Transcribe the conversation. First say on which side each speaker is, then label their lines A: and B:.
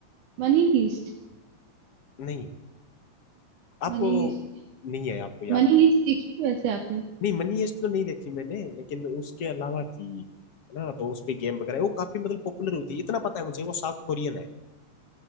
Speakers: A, on the right; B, on the left.
A: money heist
B: नहीं आपको
A: money heist
B: नहीं है आपको
A: money
B: याद भी
A: heist देखी है वैसे आपने
B: नहीं मनी हेस्ट तो नहीं देखी मैंने लेकिन उसके अलावा थी है ना तो उस पे गेम वगैरह वो काफी मतलब पॉपुलर हुई थी इतना पता है मुझे वो साउथ कोरियन है